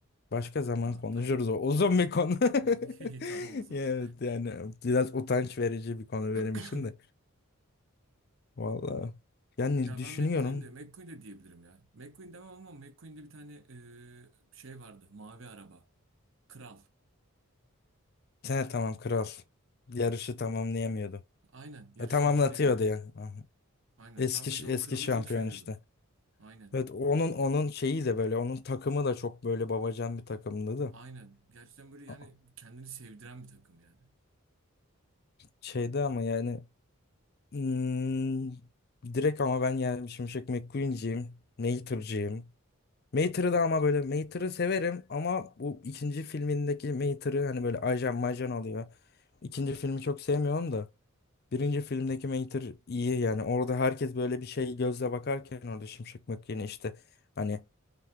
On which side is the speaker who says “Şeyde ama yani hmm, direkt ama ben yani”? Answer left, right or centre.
Left